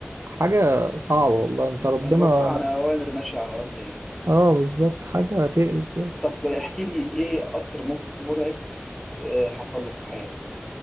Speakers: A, on the right (about 75°); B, in the centre.
A: حاجة صعبة والله أنت ربنا
B: عباره عن اوامر ماشيه على الارض يعني
A: اه بالظبط حاجة تقرف
B: طب احكي لي ايه اكتر موقف مرعب آه، حصل لك في حياتك